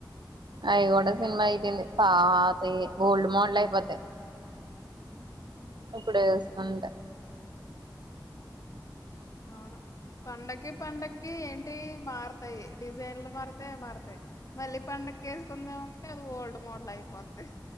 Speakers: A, on the right; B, on the left.
A: అయి కూడా సినిమా అయిటింది పాతయి ఓల్డ్ మోడల్ అయిపోతాయి
B: ఉమ్,
A: కప్పుడు ఎసుకుంటా
B: అవును పండకి పండకి ఏంటి మారతాయి డిజైన్లు మారతాయి మారతాయి మళ్ళీ పండక్కి ఎసుకుందామంటే అది ఓల్డ్ మోడల్ అయి అయిపోది